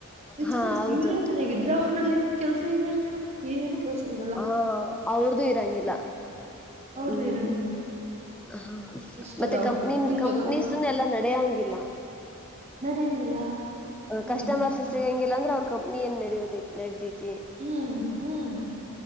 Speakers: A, on the right; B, in the centre.
A: ಬೈ
B: ಹಾ
A: ಚಾನ್ಸ್
B: ಹೌದು
A: ಇವರೇ ಮನೆಗಿದ್ರ ಅವ್ರಲ್ಲಿ ಕೆಲ್ಸ ಏನ್ ಇರ್ತಾರ. ಏ ಏನು ಕೆಲ್ಸ ಸಿಗಲ್ಲ
B: ಹಾ ಅವ್ರ್ದು ಇರಂಗಿಲ್ಲ
A: ಅವ್ರ್ದು
B: ಹ್ಮ್
A: ಇರಂಗಿಲ್ಲ
B: ಹ
A: ಇಷ್ಟ
B: ಮತ್ತೆ
A: ಅದಾವ್
B: ಕಂಪ್ನಿ
A: ಹಿಂಗ
B: ಕಂಪ್ನೀಸ್ನ್
A: ಅದಾವು
B: ಎಲ್ಲಾ ನಡೆಯಂಗಿಲ್ಲ
A: ನಡಿಯಂಗಿಲ್ಲ ಹಾ
B: ಕಸ್ಟಮರ್ಸ್ ಸಿಗಂಗಿಲ್ಲ ಅಂದ್ರೆ ಅವ್ರ ಕಂಪ್ನಿ ಏನ್ ನಡ ನಡತತಿ
A: ಹ್ಮ್ ಹ್ಮ್